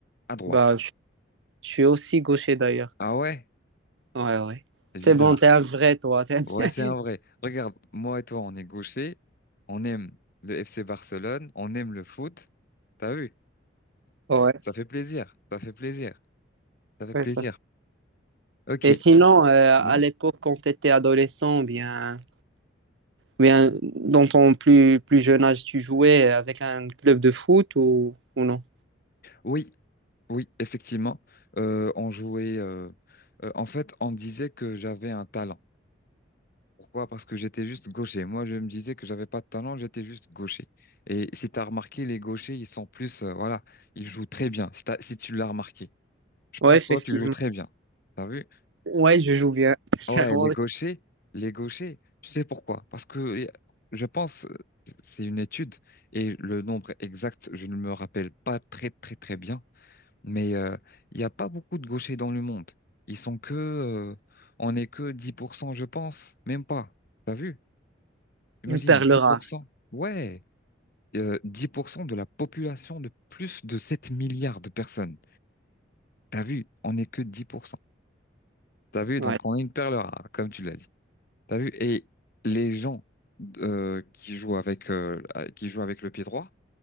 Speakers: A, on the left (about 50°); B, on the right (about 75°).
A: à droite.
B: Bah, je, je suis aussi gaucher d'ailleurs.
A: Ah ouais?
B: Ouais, ouais.
A: C'est
B: C'est
A: bizarre.
B: bon, t'es un vrai toi. t'es-
A: Ouais,
B: <laughs>
A: c'est un vrai. Regarde, moi et toi, on est gauchers, on aime le FC Barcelone, on aime le foot. T'as vu?
B: Ouais,
A: Ça fait plaisir, ça fait plaisir, ça fait
B: c'est
A: plaisir.
B: ça.
A: Ok.
B: Et sinon, euh,
A: Oui.
B: à l'époque, quand tu étais adolescent, bien, bien, dans ton plus, plus jeune âge, tu jouais avec un club de foot ou, ou non?
A: Oui, oui, effectivement. Euh, on jouait. euh, euh, en fait, on disait que j'avais un talent. Pourquoi? Parce que j'étais juste gaucher. Moi, je me disais que j'avais pas de talent, j'étais juste gaucher. Et si t'as remarqué, les gauchers, ils sont plus, euh, voilà, ils jouent très bien. Si t'as- si tu l'as remarqué, je pense
B: Ouais, effectivement.
A: toi, tu joues très bien. T'as vu?
B: Ouais, je joue bien. <laughs> C'est
A: Ouais,
B: vraiment
A: les gauchers, les gauchers, tu sais pourquoi? Parce que euh, je pense, euh, c'est une étude et le nombre exact, je ne me rappelle pas très très très bien, mais euh, il n'y a pas beaucoup de gauchers dans le monde. Ils sont que, euh, on n'est que 10%, je pense, même pas. T'as vu? Imagine,
B: une perle
A: dix
B: rare.
A: pour cent. Ouais, euh, 10% de la population de plus de 7 milliards de personnes. T'as vu? On n'est que 10%. T'as vu?
B: Ouais.
A: Donc on est une perle rare, comme tu l'as dit. T'as vu? Et les gens euh, qui jouent avec euh, qui jouent avec le pied droit,